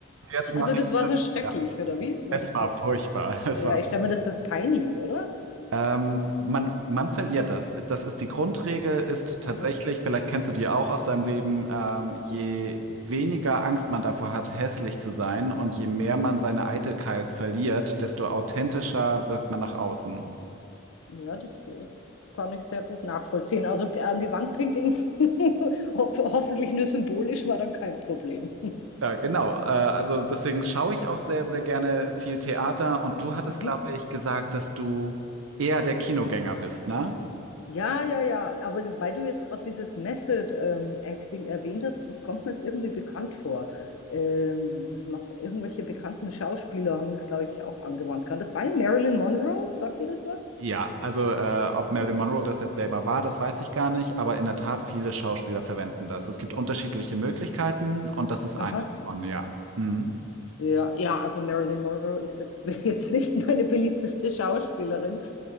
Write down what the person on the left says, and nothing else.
Also das
war so schrecklich,
oder wie? War
das
so?
Ja,
ich stelle mir das, das peinlich, oder?
Aha.
Ja, das äh, kann ich sehr gut nachvollziehen. Also an die Wand pinkeln, <laughs> ho hoffentlich nur symbolisch, war dann kein Problem.
Mhm.
Ja, ja, ja. Aber weil du jetzt gerade dieses Method ähm, Acting erwähnt hast, das kommt mir jetzt irgendwie bekannt vor. Ähm, das machen irgendwelche bekannten Schauspieler, haben das, glaube ich, auch angewandt. Kann das sein? Marilyn Monroe? Sagt dir das was?
Aha.
Ja, ja, also Marilyn Monroe ist jetzt, <laughs> wäre jetzt nicht meine beliebteste Schauspielerin,